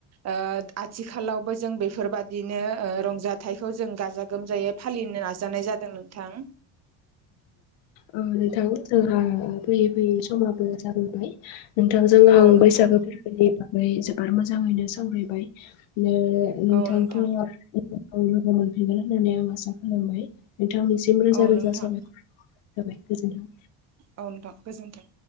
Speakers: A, on the right (about 35°); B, on the left (about 70°).
A: ओ आथिखालावबो जों बेफोरबादि बिदिनो ओ रंजाथाइखौ जों गाजा गोमजायै फालिनो नाजानाय जादों नोंथां
B: उम नोंथां जोंङो फैयै फैयै समाबो जाबोबाय नोंथांजों आं
A: औ नोंथां
B: बैसागो फोरबोनि बागै जोबोर मोजाङैनो सावरायबाय ओ नोंथांखौ
A: औ नोंथां
B: लोगो मोनफिनगोन होननानै आं आसा खालामबाय नोंथांनिसिम रोजा
A: औ
B: रोजा
A: नोंथां
B: साबायखर <unintelligible> जाबाय गोजोन्थों
A: औ नोंथां गोजोनथों